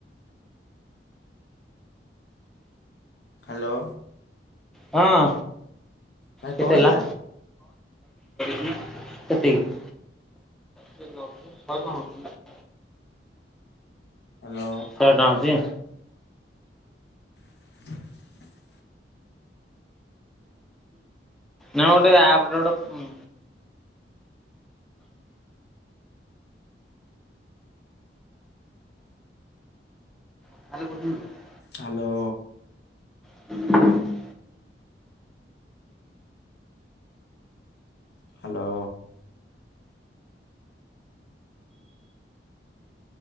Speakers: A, on the left; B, in the centre.
A: Hello.
B: ହଁ
A: ଭାଇ
B: କେତେ
A: କଣ ହେଇଥିଲା?
B: ହେଲା <unintelligible> <unintelligible>
A: ହ୍ୟାଲୋ।
B: ଶହେ ଟଙ୍କା ଅଛି?
A: <unintelligible>
B: ନା ଗୋଟେ <unintelligible> <unintelligible>
A: ହ୍ୟାଲୋ।
B: <unintelligible>
A: ହ୍ୟାଲୋ।